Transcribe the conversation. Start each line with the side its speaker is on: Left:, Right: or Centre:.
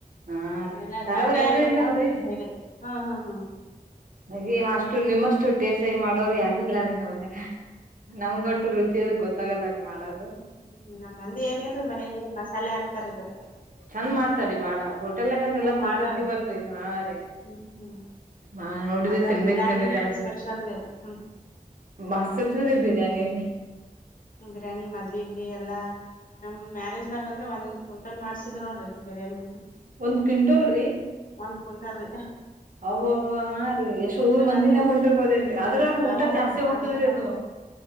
Right: ಹಾ ರೀ
Left: ಇಲ್ಲ
Right: ತರವ್ರ
Left: ಸಂಡೇ
Right: ಯಾರು
Left: ಎಲ್ಲ
Right: ಇಲ್ಲಲ್ರಿ
Left: ಇದೆ ಹ್ಮ್ ಹ್ಮ್ ಹ್ಮ್
Right: ಹಾಗೆ ಅಷ್ಟ ನಿಮ್ಮಷ್ಟು ಟೇಸ್ ಮಾಡೋರು ಯಗಿಲ್ಲ ನಂದ ನಮ್ಗೊಟ್ಟು ರುಚಿ ಗೊತ್ತ ಗಲ್ಲ ಮಾಡದು.
Left: ಹ್ಮ್ ನಮ್ಮ ಮಂದಿ ಏನಿಲ್ರಿ ಬರೀ ಮಸಾಲೆ ಹಾಕ್ತಾರಿ ಬರರಿ.
Right: ಚಂದ್ ಮಾಡ್ತಾರಿೀ ಬಾಳ ಹೋಟೆಲ್ನಾಗ ಅದ
Left: ಹ್ಞೂ
Right: ಎಲ್ಲಾ ತಂದ
Left: ಮಾಡೋರ್
Right: ತಿಂತೀವಲ್ರರಿ ಹಾ ರೀ.
Left: ಹ್ಮ್
Right: ಹ ನೋಡಿದ್ರೆ
Left: ಅದ್ರಾಗ
Right: ತಿನ್ಬೇಕೇು
Left: ಬಿರ್ಯಾನಿನೇ
Right: ತಿನ್ಬೇಕ ಅನಸ
Left: ರೀ ಅದ್ ಹ್ಮ್.
Right: ಮಾಸ್ತರ್ದವ್ರೇ ಬೇ. <unintelligible>
Left: ಬಿರ್ಯಾನಿ ಮದ್ುವೆಗೆ ಎಲ್ಲಾ. ನಮ್ ಮ್ಯಾರೇಜ್ನಾಗ ಅಂದ್ರೆ ಒಂದ್ಂಟಲ್ ಮಾಡ್ಸಿದ್ರ ನೋಡ್ರಿ ಬಿರ್ಯಾನಿ.
Right: ಒಂದ್ ಕ್ವಿಂಟಲ್ ರೀ.
Left: ಒಂದ್ ಕುಂಟಲ್ ರಿ.
Right: ಅವ್ವ್ವ ಹಾ ರೀ ಎಷ್ಟ್ ಊರ್ ಮಂಜಿನೇ
Left: ಮಂದಿರಿ
Right: ಹೊಂಟಿರ್ಬೋದೇ ಅಂತೆ ಅದ್ರಾಗ ಊಟ
Left: ಆ
Right: ಜಾಸ್ತಿ
Left: ಬಾಳ
Right: ಹೋಗ್ತದ್ರೀ
Left: ಜನ
Right: ಅದು.
Left: ರೀ